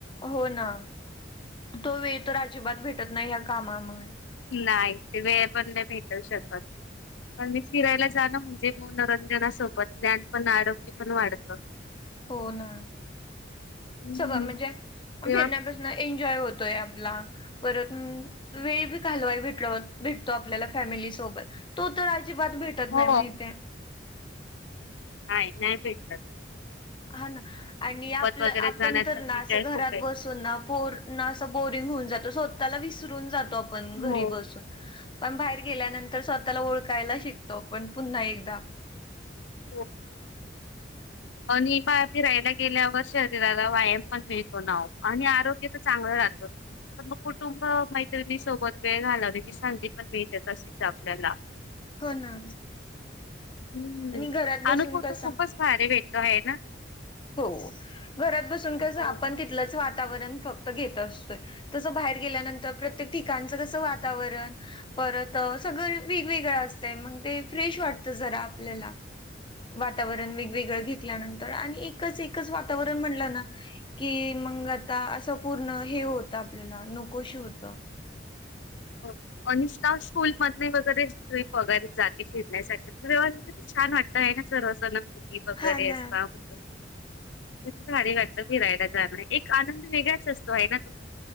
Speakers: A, on the left; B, on the left.
A: हो ना तो वेळ तर अजिबात भेटत नाही या कामामुळे
B: नाही ते वेळ पण नाही भेटू शकत पण मी फिरायला जाणं म्हणजे मनोरंजनासोबत ज्ञान पण आरोग्य पण वाढतं
A: हो ना
B: हम्म
A: सगळ म्हणजे
B: तेव्हा
A: फिरण्यापसन एन्जॉय हो तोय आपला परत वेळ भी घालवाय भ भेटतो आपल्याला फॅमिली सोबत. तो तर अजिबात भेटत
B: हो
A: नाही महितियाय
B: हाय नाही भेटत
A: हा ना आणि आपलं
B: वगैरे
A: आपण
B: जाण्यात
A: तर
B: पण
A: ना
B: एन्जॉय
A: अस घरात
B: खूप आहे
A: बसून ना पोर अस बोरी बोरिग होऊन जातो स्वतःला विसरून जातो आपण घरी
B: हो
A: बसून पण बाहेर गेल्यानंत तर स्वतःला ओळखायला शिकतो पण पुन्हा एकदा
B: हो आणि म फिरायला गेल्यावर शरीराला व्यायाम पण मिळतो नाव आणि आरोग्य तर चांगलं जातो तर मग कुटुंब मैत्रिणी सोबत वेळ घालवण्याची संधी पण मिळते तशीच आपल्याला
A: हो ना
B: हम्
A: आणि घरात बसून
B: अनुभव
A: कसा
B: तर खूपच भारी भेटतो आहे ना
A: हो घरात बसून कस
B: हो
A: आपण तिथलंच वातावरण फक्त घेत असतो तस बाहेर गेल्यानंतर प्रत्येक ठिकाणच कस वातावरण परत सगळं वेगवेगळं असतं मग ते फ्रेश वाटतं जरा आपल्याला
B: <unintelligible>
A: वातावरण वेगवेगळं घेतल्यानंतर आणि एकच एकच वातावरण म्हणलं ना की मग आता असं पूर्ण हे होत आपल्याला नकोशी होत
B: हा अनिष्ता स्कूल मध वगैरे ट्रिप वगैरे जाते फिरण्यासाठी तर तेेव्हा म्हणे छान वाटतय सर्ना मुली वगैरे
A: हा ना
B: असता त भारी वाटतं फिरायला जाणं एक आनंद वेगळाच असतो आहे ना तो